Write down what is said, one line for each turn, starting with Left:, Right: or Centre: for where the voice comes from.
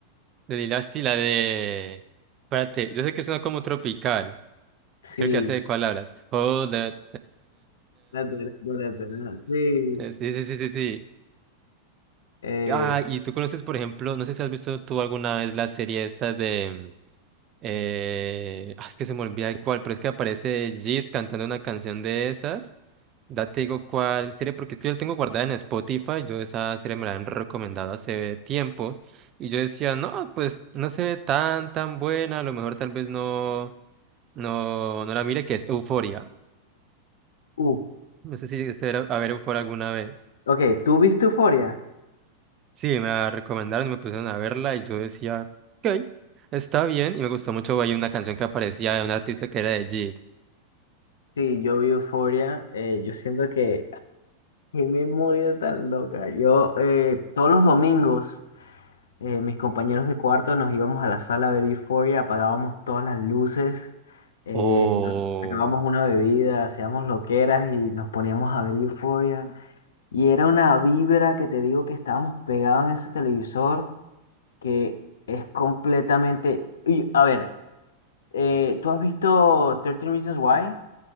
Right: De Lilo y Stitch, la de. Espérate, yo sé que suena como tropical.
Left: Sí.
Right: Creo que ya sé de cuál hablas. Hold that.
Left: la de- de- de- de- Sí.
Right: Sí, sí, sí, sí, sí.
Left: Eh,
Right: Ah, y tú conoces, por ejemplo, no sé si has visto tú alguna vez la serie esta de. Eh, ah, es que se me olvida el cuál, pero es que aparece Jid cantando una canción de esas. Ya te digo cuál serie, porque es que yo la tengo guardada en Spotify. Yo esa serie me la han recomendado hace tiempo. Y yo decía, no, pues no sé, tan, tan buena. A lo mejor tal vez no, no, no la mire, que es Euforia.
Left: uf.
Right: No sé si este era a ver Euforia alguna vez.
Left: Ok, ¿tú viste Euphoria?
Right: Sí, me la recomendaron y me pusieron a verla. Y yo decía, ok, está bien. Y me gustó mucho. Hay una canción que aparecía de un artista que era de Jid.
Left: Sí, yo vi Euphoria. Eh, yo siento que... <laughs> ¡Qué memoria tan loca! Yo eh, todos los domingos... eh, mis compañeros de cuarto nos íbamos a la sala a ver Euphoria, apagábamos todas las luces, eh,
Right: Oh,
Left: sacábamos una bebida, hacíamos loqueras y nos poníamos a ver Euphoria. Y era una vibra que te digo que estábamos pegados en ese televisor que es completamente... Y, a ver, eh, ¿tú has visto 13 Reasons Why?